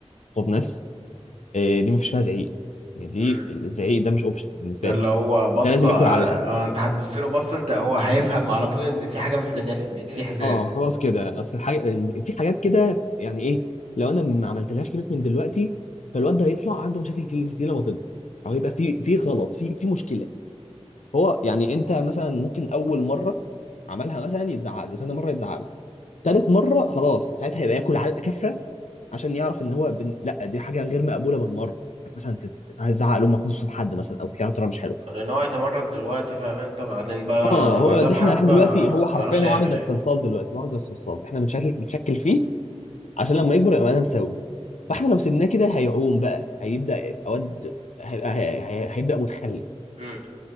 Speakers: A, on the left; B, on the right.
A: قصاد ناس آه، دي ما فيش فيها زعيق يعني دي
B: اه
A: الزعيق ده مش اوبشن بالنسبه
B: ده اللي
A: لي
B: هو بصة
A: ده لازم
B: آه
A: ياكل على
B: آه انت هتبص له بصة انت هو هيفهم على طول ان في حاجة مستنياه في البيت في حزام
A: اه خلاص كده اصل الحاجة في حاجات كده يعني ايه لو انا ما عملتلهاش ليميت من دلوقتي فالواد ده هيطلع عنده مشاكل كتير كتير لما تكبر او هيبقى في في غلط في في مشكله هو يعني انت مثلا ممكن اول مره عملها مثلا يتزعق له تاني مره يتزعق له تالت مره خلاص ساعتها هيبقى ياكل علقه كفره عشان يعرف ان هو بن... لا دي حاجه غير مقبوله بالمره يعني مثلا تت- هتزعق لامك نص صوت حد مثلا او تكلمها بطريقه مش حلوه
B: لان هو هيتمرد دلوقتي فاهم انت بعدين بقى
A: اه
B: بعدها
A: هو ده
B: بحبة
A: احنا احنا دلوقتي هو
B: متعرفش
A: حرفيا هو
B: يعمل
A: عامل زي
B: ايه
A: الصلصال دلوقتي هو عامل زي الصلصال احنا بنشكل بنشكل فيه عشان لما يكبر يبقى انا مساوي فاحنا لو سيبناه كده هيعوم بقى هيبدا يبقى واد هيبقى هي- هي- هيبدا متخلف
B: مم.